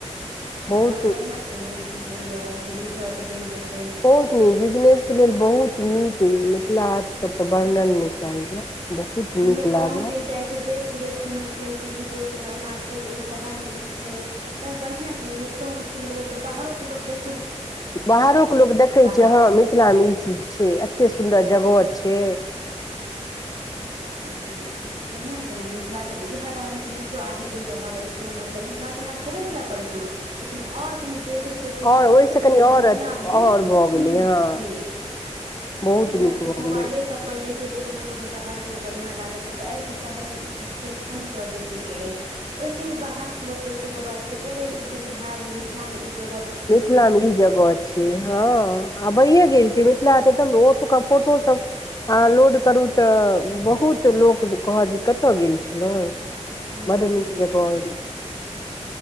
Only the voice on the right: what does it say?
तऽ
आओर बढ़िआँ छै बनि रहल छै नीक रहते बनि जेतै
लोग
कहं
से जाइ छै देश विदेश घूमय के लेल कि ई देश मे ओना छै ई शहर में ई छै तऽ बढ़िया छै ने मिथिलो में खुलि गेले तऽ बाहरो के लोक देख
हाट
जी तऽ बढ़िआँ छै ने मिथिलाके तऽ इएह बहाने तऽ मिथिलो आगे बढ़ि रहल अछि ने मतलब मिथिला तऽना छेबे करै पड़ छै लेकिन आओर कनि देशो विदेश मे
लोक
बुझते ने
कि ह
मिथिला
मे
ई चीज
छै
जेनाकि
लोक
मोबाइले
सब पर देखे छै कोनो कोनो शहर के बढ़िया लागे छै त अरे ई शहर मे ई चीज छै तऽ हमहुँ जाउ देखे के लेल ओहिसे ही बाहर के लोग देखते मोबाइलबेे ई ते बिहार मे मिथिला मे ई जग
हूँ
जी